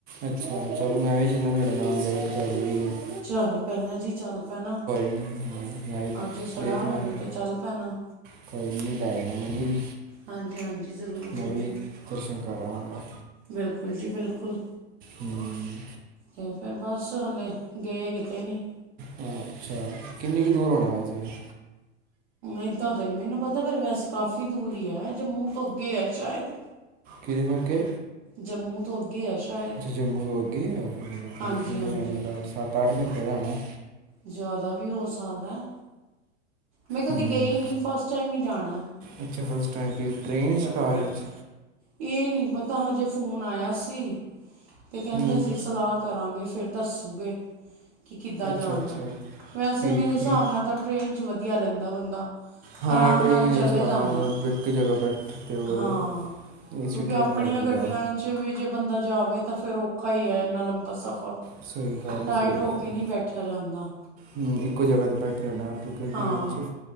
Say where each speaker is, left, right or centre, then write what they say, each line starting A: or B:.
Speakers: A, on the right; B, on the right.
A: ਅੱਛਾ। ਚਲੋ ਮੈਂ ਵੀ ਚਲਾਗਾ ਤੁਹਾਡੇ ਨਾਲ ਗੱਡੀ ਕਰ ਲਈ ਏ।
B: ਚੱਲ ਪੈਣਾ ਜੀ, ਚੱਲ ਪੈਣਾ,
A: ਨਹੀਂ ਹਾਂ, ਮੈਂ ਵੀ
B: ਹਾਂ ਜੇ ਸਲਾਹ
A: ਦੇਖਣਾ
B: ਬਣੀ
A: ਫਿਰ
B: ਤਾਂ ਚੱਲ ਪੈਣਾ।
A: ਕੋਈ ਨੀ ਲੈ ਜਾਣਾ ਮੈਨੂੰ ਵੀ,
B: ਹਾਂਜੀ ਹਾਂਜੀ ਜ਼ਰੂਰ ਜ਼ਰੂਰ
A: ਮੈਂ ਵੀ ਦਰਸ਼ਨ ਕਰਾ ਆਵਾਗਾ।
B: ਬਿਲਕੁਲ ਜੀ ਬਿਲਕੁਲ।
A: ਹੂੰ।
B: ਤੇ ਫਿਰ ਬਸ ਹਲੇੇ ਗਏ ਕਿਤੇ ਨੀ।
A: ਹਾ। ਅੱਛਾ ਕਿੰਨੀ ਕੁ ਦੂਰ ਹੋਣਾ ਵੈਸੇ ਵੀ।
B: ਏਦਾਂ ਤਾਂ ਨਹੀਂ ਮੈਨੂੰ ਪਤਾ। ਪਰ ਵੈਸੇ ਕਾਫ਼ੀ ਦੂਰ ਹੀ ਹੈ। ਜੰਮੂ ਤੋਂ ਅੱਗੇ ਹੈ ਸ਼ਾਇਦ।
A: ਕਿਦੇ ਅਗੇ।
B: ਜੰਮੂ ਤੋਂ ਅੱਗੇ ਹੈ ਸ਼ਾਇਦ
A: ਅੱਛਾ। ਜੰਮੂ ਤੋਂ ਅੱਗੇ‌ ਐ।
B: ਹਾਂਜੀ ਹਾਂਜੀ
A: ਸੱਤ-ਅੱਠ ਘੰਟੇ ਦਾ ਹੁਣਾ।
B: ਜ਼ਿਆਦਾ ਵੀ ਹੋ ਸਕਦਾ, ਮੈਂ ਕਦੇ
A: ਹੂੰ
B: ਗਈ ਨਹੀਂ ਫਸਟ ਟਾਈਮ ਹੀ ਜਾਣਾ।
A: ਅੱਛਾ ਫਸਟ ਟਾਇਮ ਗਏ। ਟ੍ਰੇਨ ਚ ਕਾਰ ਵਿੱਚ।
B: ਇਹ ਨਹੀਂ ਪਤਾ, ਹਜੇ ਫੋਨ ਆਇਆ ਸੀ। ਇਹ ਕਹਿੰਦੇ
A: ਹੂੰ
B: ਅਸੀਂ ਸਲਾਹ ਕਰਾਂਗੇ ਫਿਰ ਦੱਸੂਗੇ। ਕਿ ਕਿੱਦਾਂ
A: ਅੱਛਾ
B: ਜਾਣਾ
A: ਅੱਛਾ
B: ਐ। ਵੈਸੇ
A: ਠੀਕ
B: ਮੇਰੇ ਹਿਸਾਬ
A: ਠੀਕ
B: ਨਾਲ ਤਾਂ ਟਰੇਨ 'ਚ ਵਧੀਆ ਰਹਿੰਦਾ ਬੰਦਾ।
A: ਹਾਂ
B: ਆਰਾਮ
A: ਟ੍ਰੇਨ
B: ਨਾਲ ਚਲੇ
A: ਵਿੱਚ ਆਰਾਮ
B: ਜਾਂਦੇ
A: ਨਾਲ
B: ਆ
A: ਇੱਕ ਜਗ੍ਹਾ ਬੈਠ ਤੇ ਹੋਰ
B: ਹਾਂ।
A: ਏਸੀ
B: ਕਿਉਂਕਿ
A: ਟ੍ਰੇਨ
B: ਆਪਣੀਆਂ
A: ਕਰਕੇ
B: ਗੱਡੀਆਂ
A: ਜਾਓ
B: 'ਚ ਵੀ ਜੇ ਬੰਦਾ ਜਾਵੇ। ਤਾਂ ਫਿਰ ਔਖਾ ਹੀ ਹੈ। ਇੰਨਾ ਲੰਬਾ ਸਫ਼ਰ।
A: ਸਹੀ ਗੱਲ
B: ਟਾਈਟ
A: ਹੈ, ਸਹੀ
B: ਹੋ
A: ਗੱਲ
B: ਕੇ
A: ਹੈ
B: ਨਹੀਂ ਬੈਠਿਆ ਜਾਂਦਾ।
A: ਹੂੰ। ਇੱਕੋ ਜਗ੍ਹਾ ਤਾਂ ਬੈਠੇ ਰਹਿਣਾ। ਤੇ ਗੱਡੀ
B: ਹਾਂ,
A: ਵਿੱਚ